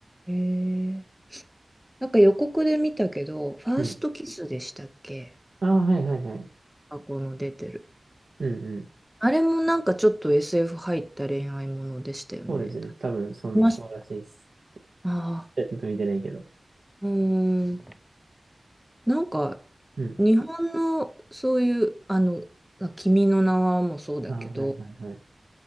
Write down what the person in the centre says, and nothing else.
へえ。なんか予告で見たけど、ファーストキスでしたっけ
あ、この出てる。
あれもなんかちょっと SF 入った恋愛ものでしたよね。
見ました
ああ、
うーん。なんか、
日本のそういう、あの、まあ君の名はもそうだけど、